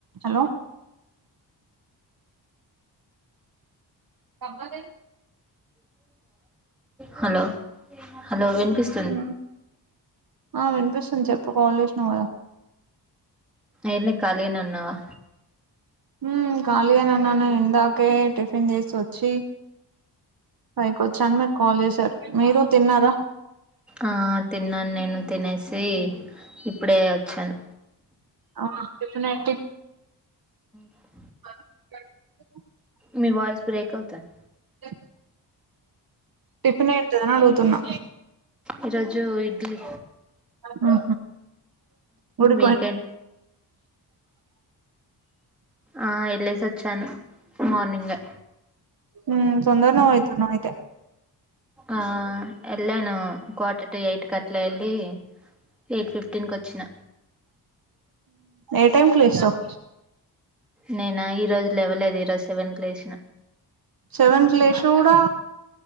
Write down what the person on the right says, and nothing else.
Hello కబద
మ్ ఆ వినిపిస్తుంది చెప్పు కాల్ చేసినవ్ కదా
న్ ఖాళీగానే ఉన్నాను ఇందాకే టిఫిన్ చేసి వచ్చి ఫైకి వచ్చాను మీరు కాల్ చేసారు మీరు తిన్నారా
ఆ టిఫిన్ ఏంటి
<inaudible>
ఎ టిఫిన్ ఏంటిదని అడుగుతున్నా
మ్ హు ఉడు
మ్ తొందర్నె పోతున్నావ్ అయితే
ఏ టైమ్ కి లేచవ్
సెవెన్ కి లేశిన కూడా